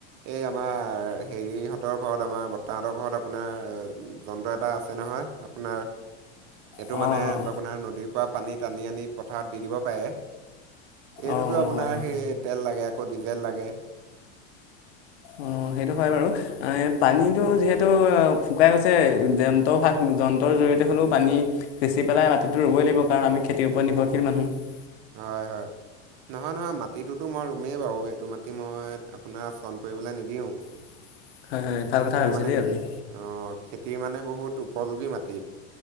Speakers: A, on the right; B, on the left.
A: এই আমাৰ হেৰিহঁতৰ ঘৰত আমাৰ বৰ্তাহঁতৰ ঘৰত আপোনাৰ যন্ত্ৰ এটা আছে নহ হয় আপোনাৰ এইটো
B: অঁ
A: মানে
B: অঁ
A: আপোনাৰ নদীৰ পৰা পানী টানি আনি পথাৰত দি দিব পাৰে। এইটোতো
B: অঁ
A: আপোনাৰ
B: হয় হয়
A: সেই তেল লাগে আকৌ ডিজেল লাগে।
B: অ সেইটো হয় বাৰু, এ পানীতো যিহেতু শুকাই গৈছে ডেম ট ভাগ যন্ত্ৰৰ জৰিয়তে হলেও পানী সিচি পেলাই মাটিটো ৰুবই লাগিব কাৰণ আমি খেতিৰ ওপৰত নিৰ্ভৰশীল মানুহ।
A: হয় হয়। নহয় নহয় মাটিটোতো মই ৰুমেই বাৰু এইটো মাটি মই আপোনাৰ চণ পৰিবলৈ নিদিওঁ।
B: <unintelligible> ভাল কথা
A: এইটো
B: ভাবিছে
A: মানে,
B: দেই আপুনি
A: অহ খেতিৰ মানে বহুত উপযোগী মাটি।